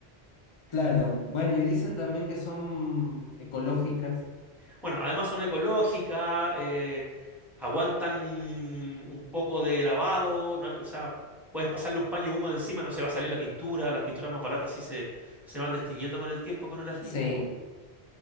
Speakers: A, on the left; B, in the centre.
A: Claro, bueno, y dicen también que son ecológicas.
B: Bueno, además son ecológicas, eh, aguantan un poco de lavado, no hay- o sea, puedes pasarle un paño húmedo encima, no se va a salir la pintura, las pinturas más baratas sí se, se van destiñendo con el tiempo que uno las limpia.
A: Sí.